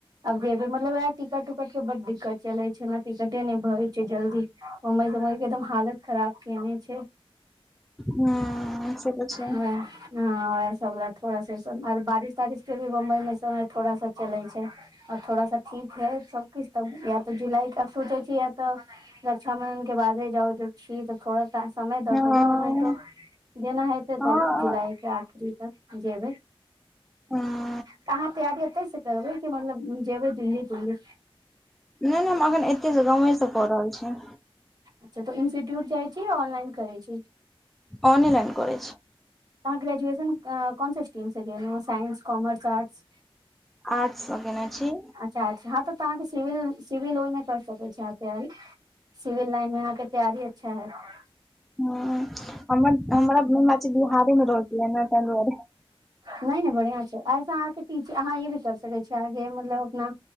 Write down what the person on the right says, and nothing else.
आब जेबै मतलब उहे टिकट उकट ट के बड दिक्कत चले छै ने टिकटे नहि भेए छै जल्दी मुम्बइ समय क एकदम हालत खराब केने छै
वैह हँ इह सब थोड़ा सास बारिश तारिश के भी बम्बई मे समय थोड़ा सा चलै छै आओर थोड़ा सा ठीक है सबकिछु तब या तऽ जुलाई के सोचै छी या तऽ रक्षााबंधन के बादे जाउ छी त थोड़ा समय दऽ
प ओनैतो तऽ जेना हेते
तऽ जुलाई के आखिरी तक जेबै
तऽ अहाँ तैयारी एतै से करबै कि मतलब जेबै दिल्ली तुल्ली
अच्छा त इन्स्टिट्यूट जाइ छीऑनलाइन करै छी
त अहाँ ग्रेजुएशन कोनस स्टीम से केलौ साइंस कॉमर्स आर्ट्स
च हँ तऽ अहाँके सिविल सिविल ओहिमे कर सक <unintelligible> सिविल लाइन मे अहाँके तैयारी अच्छा हयत
नय नय बढ़िआं छै आइ सऽ अहाँके टीच अहाँ ई भी कर सकै छियै आगे मतलब अपना